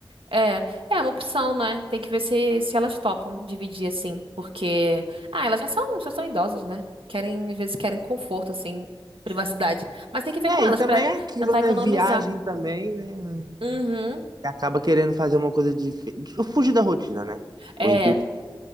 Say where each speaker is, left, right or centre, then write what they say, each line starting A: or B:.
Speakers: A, on the right; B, on the right.
A: É, é uma opção, né? Tem que ver se, se elas topam dividir, assim, porque... Ah, elas já são, já são idosas, né? Querem, às vezes querem conforto, assim, privacidade. Mas tem que ver
B: É,
A: com elas
B: e também
A: pra
B: é aquilo,
A: tentar
B: né?
A: economizar.
B: Viagem também, né?
A: Uhum.
B: Acaba querendo fazer uma coisa de, de fugir da rotina, né?
A: É.
B: O intuito.